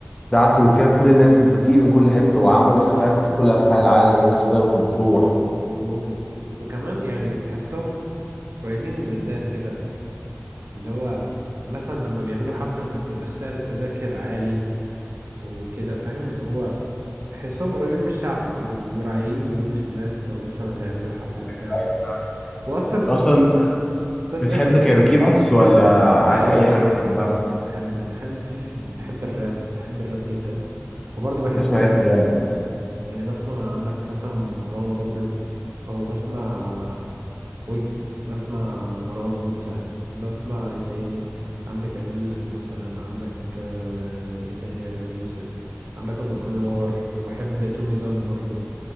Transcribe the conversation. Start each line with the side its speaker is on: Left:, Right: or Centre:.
Left: بتاعته فيها كل الناس بتيجي من كل حته وعملوا
Right: بالظبط
Left: حفلات في كل انحاء العالم وناس طيبه كانت بتروح
Right: وك- و- وكمان يعني تحسهم قريبين للناس كده اللي هو مثلا لما بيعملوا حفلة ما بتبقاش سعر التذاكر عالي وكده فاهم اللي هو تحسهم قريبين من الشعب أو مراعيين ظروف الناس لو مثلا هيعملوا حفلة بتاع
Left: ايوه فعلا
Right: واصلا قصه
Left: اصلا
Right: قصه
Left: بتحب
Right: اسمع
Left: كايروكي بس ولا عادي
Right: لا انا
Left: اي
Right: انا
Left: حاجه بتحبها
Right: بحب بحب في في- بحب الراب بحب الراب جدا وبرضه بحب
Left: تسمع ايه في الراب
Right: يعني بسمع عندك مثلا مروان بابلو او بسمع ويجز بسمع مروان موسى بسمع ايه تاني عندك ابي يوسف مثلا عندك آه، ايه تاني غير ابي يوسف عندك ابو الانوار وبحب تومي جان برضو